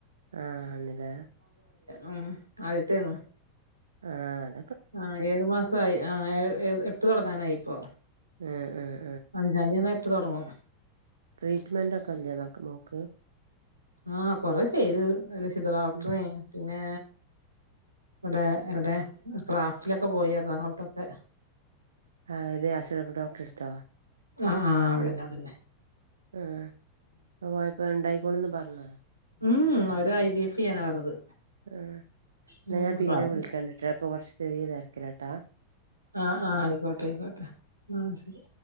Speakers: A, on the right; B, on the right.
A: ആഹന്ന് ലേ-
B: ഉം ആദ്യത്തേന്ന്
A: ആഹ
B: ആ ഏഴു മാസയി ആ ഏ എട്ട് തുടങ്ങാനായി ഇപ്പോ.
A: ഉം ഉം
B: അഞ്ചാം തിയതി വന്നാ എട്ട് തുടങ്ങും.
A: ട്രീറ്റ്മെന്റ് ഒക്കെ ഇല്ലേ മോക്ക്.
B: ആഹ കൊറ ചെയ്തു ലക്ഷിത ഡോക്ടറേനി
A: ഉം
B: പിന്നെ ഇവിടെ ഇവിടെ ക്രാഫ്റ്റിലൊക്കെ പോയിരുന്നു എറണാകുളത്തൊക്കെ
A: ആഹ ഇതേ ആശീർവാദ ഡോക്ടറേ എടുത്തോ
B: ആ ആ അവിടന്നെ അവിടന്നെ
A: ആ അ കോയപ്പം ഉണ്ടായിക്കോളുന്ന് പറഞ്ഞോ
B: ഉം അവര് ഐ ബി എഫ് ചെയ്യാനാണ് പറഞ്ഞത്.
A: ആ എന്നാ
B: ഉം
A: ഞാൻ
B: അപ്പൊ
A: പിന്നെ
B: അത്
A: വിളിക്കാണ്ട്ട്ടാ അപ്പൊ കൊറച്ചു ചെറിയ തിരക്കലാട്ടാ.
B: ആഹ ആഹ് ആയിക്കോട്ടെ ആയിക്കോട്ടെ ഉ ശരി